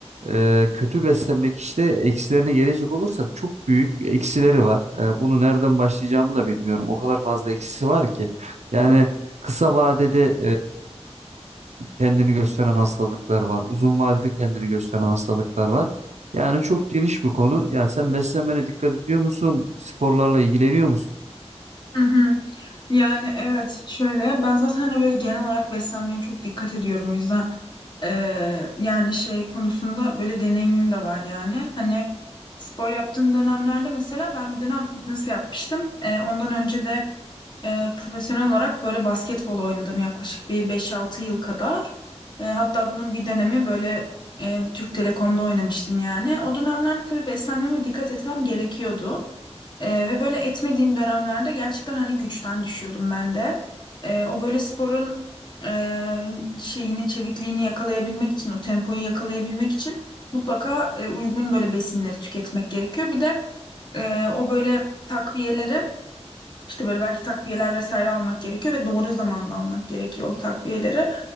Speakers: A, on the right (about 80°); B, on the left (about 40°).
A: e, kötü beslenmek işte eksilerine gelecek olursak çok büyük eksileri var. E, bunu nereden başlayacağımı da bilmiyorum. O kadar fazla eksisi var ki. Yani
B: Hı
A: kısa vadede kendini gösteren hastalıklar var. Uzun vadede kendini gösteren hastalıklar var. Yani çok geniş bir konu. Yani sen beslenmene dikkat ediyor musun? Sporlarla ilgileniyor musun?
B: hı. Yani evet şöyle ben zaten hani böyle genel olarak beslenmeye çok dikkat ediyorum o yüzden eee, yani şey konusunda böyle deneyimim de var yani hani spor yaptığım dönemlerde mesela ben bir dönem fitness yapmıştım Eee, ondan önce de eee, profesyonel olarak böyle basketbol oynadım yaklaşık bir beş-altı yıl kadar Eee, hatta bunun bir dönemi böyle eee, Türk Telekom'da oynamıştım yani o dönemlerde tabii beslenmeme dikkat etmem gerekiyordu. Ee, ve böyle etmediğim dönemlerde gerçekten hani güçten düşüyordum ben de. Ee, o böyle sporun e, şeyini, çevikliğini yakalayabilmek için, o tempoyu yakalayabilmek için mutlaka e, uygun böyle besinleri tüketmek gerekiyor. Bir de e, o böyle takviyeleri işte böyle belki takviyeler vesaire almak gerekiyor ve doğru zamanda almak gerekiyor o takviyeleri.